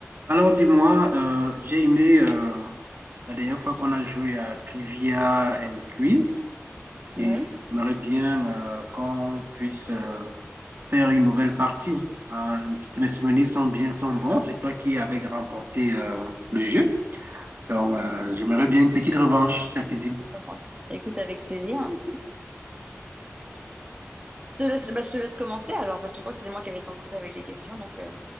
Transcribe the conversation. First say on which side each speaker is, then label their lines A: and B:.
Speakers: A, on the right; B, on the right.
A: Alors dis-moi, euh, j'ai aimé euh, la dernière fois qu'on a joué à Trivia and Quiz et
B: Oui,
A: j'aimerais bien euh, qu'on puisse euh, faire une nouvelle partie. Hein, si mes souvenirs sont bien, sont bons, c'est toi qui avais remporté euh, le jeu. Donc euh, j'aimerais bien une petite revanche, ça te dit?
B: Bon. écoute avec plaisir. hein. Je te laisse, bah, je te laisse commencer alors, parce que je crois que c'était moi qui avais commencé avec les questions, donc euh,